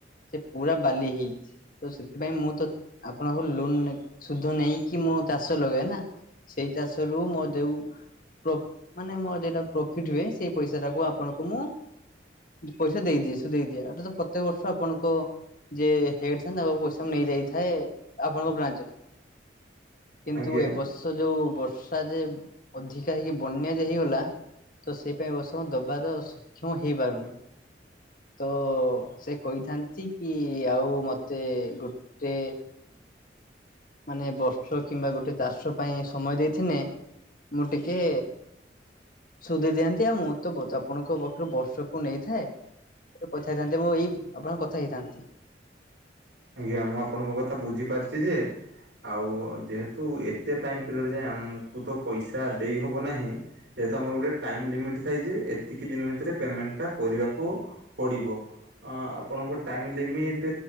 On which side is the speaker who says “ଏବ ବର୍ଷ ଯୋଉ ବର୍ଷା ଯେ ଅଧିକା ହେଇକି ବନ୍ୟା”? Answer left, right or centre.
Left